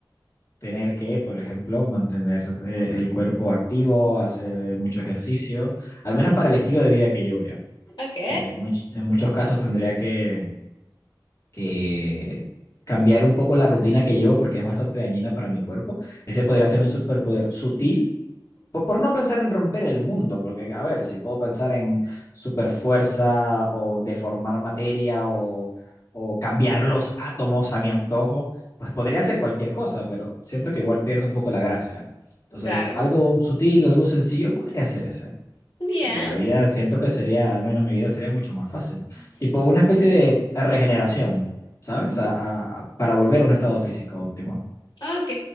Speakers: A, on the left; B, on the left.
A: tener que, por ejemplo, mantener eh, el cuerpo activo, hacer eh, mucho ejercicio, al menos para el estilo de vida que llevo yo.
B: Ok.
A: que much- en muchos casos tendría que, que cambiar un poco la rutina que llevo porque es bastante dañina para mi cuerpo. Ese podría ser un superpoder sutil, po- por, no pensar en romper el mundo, porque a ver, si puedo pensar en superfuerza o deformar materia o, o cambiar los átomos a mi antojo, pues podría ser cualquier cosa, pero siento que igual pierde un poco la gracia. Entonces,
B: Claro.
A: algo sutil, algo sencillo, podría ser ese.
B: Bien.
A: Y La vida, siento que sería, al menos mi vida sería mucho más fácil.
B: Sí.
A: Tipo una especie de regeneración, ¿sabes? A- a- para volver a un estado físico óptimo.
B: Ok,